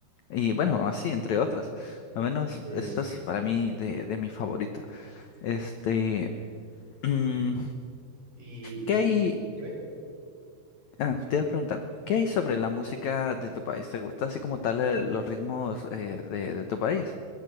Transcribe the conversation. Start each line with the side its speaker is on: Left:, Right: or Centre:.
Left: y bueno, así, entre otras. Al menos,
Right: sí.
Left: esto es para mí de, de mi favorito. Este, mm,
Right: Y,
Left: ¿qué
Right: y
Left: hay?
Right: dime,
Left: Ah, te iba a preguntar, ¿qué hay sobre la música de tu país? ¿Te gusta así como tal eh, los ritmos eh, de, de tu país?